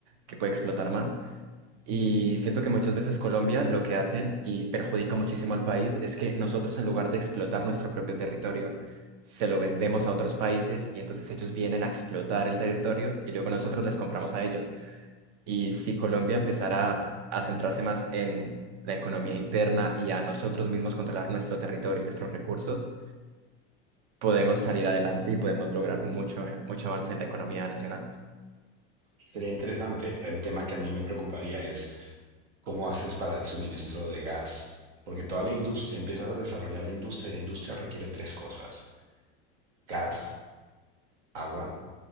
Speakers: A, on the right (about 55°); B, on the right (about 70°).
A: que puede explotar más. Y siento que muchas veces Colombia lo que hacen y perjudica muchísimo al país es que nosotros en lugar de explotar nuestro propio territorio, se lo vendemos a otros países y entonces ellos vienen a explotar el territorio y luego nosotros les compramos a ellos. Y si Colombia empezara a a centrarse más en la economía interna y a nosotros mismos controlar nuestro territorio y nuestros recursos, podemos salir adelante y podemos lograr mucho, mucho avance en la economía nacional.
B: Sería interesante. El tema que a mí me preocuparía es cómo haces para el suministro de gas, porque toda la industria, empiezas a desarrollar la industria y la industria requiere tres cosas, gas, agua